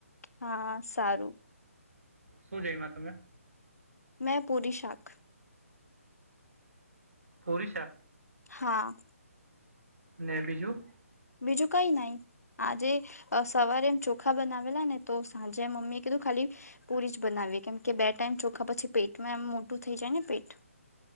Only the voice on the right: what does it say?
શું જઈમાં તમે?
પૂરી શાક?
ને બીજું?